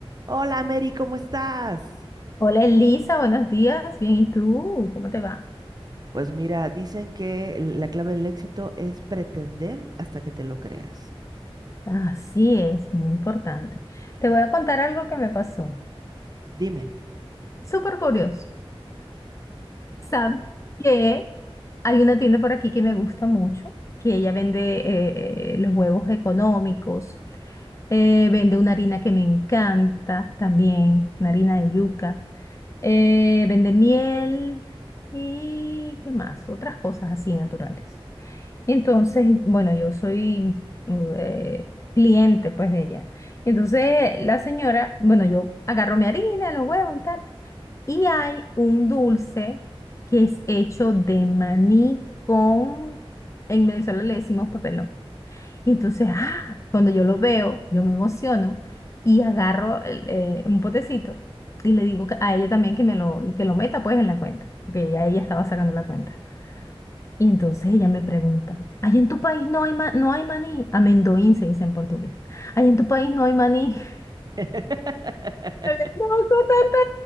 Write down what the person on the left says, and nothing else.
Hola Elisa, buenos días. Bien, ¿y tú? ¿Cómo te va?
Así es, muy importante. Te voy a contar algo que me pasó.
Súper curioso. Sabes que hay una tienda por aquí que me gusta mucho, que ella vende eh, eh, los huevos económicos, eh, vende una harina que me encanta también, una harina de yuca, eh, vende miel y qué más, otras cosas así naturales. Entonces, bueno, yo soy eh, cliente pues de ella. Entonces, la señora, bueno, yo agarro mi harina, los huevos y tal. Y hay un dulce que es hecho de maní con, en Venezuela le decimos papelón. Y entonces, ah, cuando yo lo veo, yo me emociono y agarro el, eh, un potecito y le digo que- a ella también que me lo, que lo meta pues en la cuenta, porque ya ella estaba sacando la cuenta. Y entonces ella me pregunta, ¿allá en tu país no hay, ma- no hay maní? Amendoín se dice en portugués. ¿Allá en tu país no hay maní? <laughs>
Me había dado con tanta